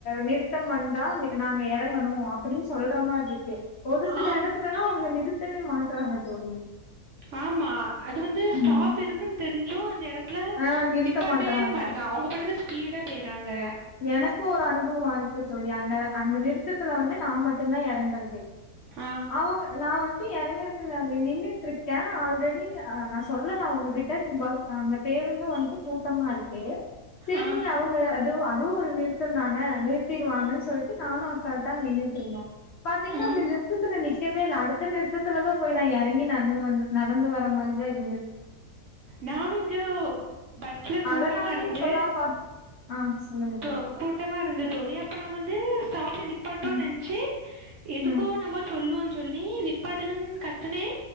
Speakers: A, on the left; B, on the right.
A: நிறுத்த நிறுத்தம் வந்தா நாங்க இறங்கணும் அப்டின்னு சொல் சொல்ற மாரி இருக்கு ஒரு சில
B: ஆம்
A: இடத்துலெலா அவங்க நிறுத்த இத்தனையும் மாட்றாங்க தோழி
B: ஆமா அது வந்து ஸ்டாப்
A: ம்
B: இருக்குனு தெரிஞ்சு இப்போ அந்த இடத்துல
A: ஆ நிறுத்த
B: நிப்பாட்டே
A: மாட்றாங்க
B: மாட்டக அவங்க பாட்டுகு பீட போயிறாங்க
A: எனக்கும் ஒரு அனுபவம் ஆயிருக்கு தோழி அந்த அந்த நிறுத்தத்துல வந்து நா மட்டும்தான் எறங்கறது
B: ஆ
A: அவுங்க நா வந் தி இறங்கறதுக்கு நா நின்னுட்டு இருக்கேன் ஆல்ரெடி ஆ நா சொல்லலா அவுங்க கிட்ட இருக்கும்போது நா அந்த பேருந்தும் வந்து கூட்டமா இருக் ஓகே சேரி
B: ஆ
A: அவுங்கல துவா அதுவும் ஒரு நிறுத்தம் தான நிறுத்திடுவாங்கன்னு சொல்லிட்டு நானும் அசால்டா நின்னுட்டு இருந்தேன் பாத்தீங்கன்னா
B: ஆ
A: அந்த நிறுத்ததுல நிக் நிக்கவே இல்ல அடுத்த நிறுத்தத்துல தான் போய் நா எறங்கி நடந்து வந்த நடந்து வர மாரிதான் இருக்
B: நானும் இங்க பஸ்ல கூட்டமா
A: அதனாலயே
B: இருந்து
A: இப்பல்லா பாத் ஆ சொல்லுங்க
B: இப்போ
A: தோழி
B: கூட்டமா இருந்தது தோழி அப்பன்னா வந்து ஸ்டா ட்ல நிப்பாட்வா
A: ம்
B: நனச்சு எதுக்கோ
A: ம்
B: நம்ம சொல்லுவ சொல்லி நிப்பாட்டனும் கத்தின